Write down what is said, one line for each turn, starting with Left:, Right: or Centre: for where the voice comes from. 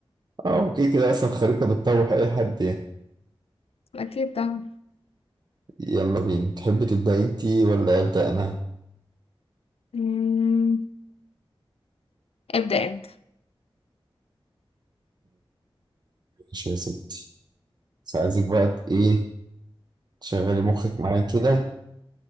Right: أه أوكي كده أصلا الخريطة بتتوه أي حد يعني
Left: اكيد طبعا
Right: يلا بينا تحبي تبدأي أنتي ولا أبدأ أنا؟
Left: مم، ابدأ انت
Right: ماشي يا ستي بس عايزك بقى ت- إيه تشغلي مخك معايا كده